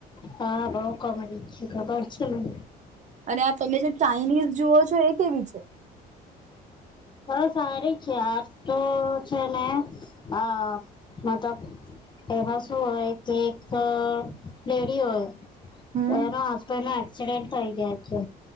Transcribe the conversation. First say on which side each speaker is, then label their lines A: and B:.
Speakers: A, on the left (about 25°); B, on the right (about 45°).
A: હા બઉ કોમેડી છે ખબર છે મને
B: અને આ તમે જે ચાઇનીઝ જુઓ છો એ કેવી છે
A: હ સારી છે આજ તો છે ને અ મેતો પેલા શું હોય કે એક લેડી હોય
B: હમ
A: એનો હસબન્ટ એક્ચુલી થઈ જય છે